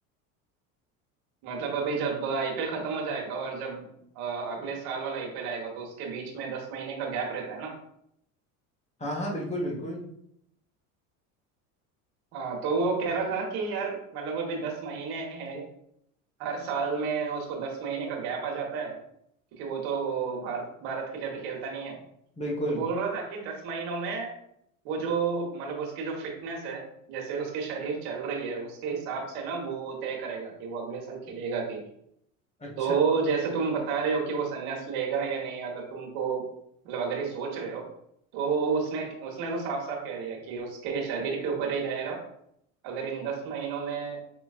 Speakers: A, on the right; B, on the left.
A: मतलब अभी जब आईपीएल खत्म हो जाएगा और जब अ, अगले साल वाला आईपीएल आएगा तो उसके बीच में दस महीने का गैप रहता है ना
B: हाँ हाँ बिल्कुल बिल्कुल
A: हाँ तो वो कह रहा था कि यार मतलब अभी दस महीने हैं हर साल में उसको दस महीने का गैप आ जाता है क्योंकि वो तो भारत भारत के लिए अभी खेलता नहीं है
B: बिल्कुल
A: तो बोल रहा था कि दस महीनों में वो जो मतलब उसकी जो फिटनेस है जैसे उसके शरीर चल रही है उसके हिसाब से ना वो तय करेगा कि वो अगले साल खेलेगा कि नहीं
B: अच्छा
A: तो जैसे तुम बता रहे हो कि वो संन्यास लेगा या नहीं अगर तुमको मतलब अगर ये सोच रहे हो तो उसने उसने तो साफ साफ कह दिया कि उसके शरीर के ऊपर ही रहेगा अगर इन दस महीनों में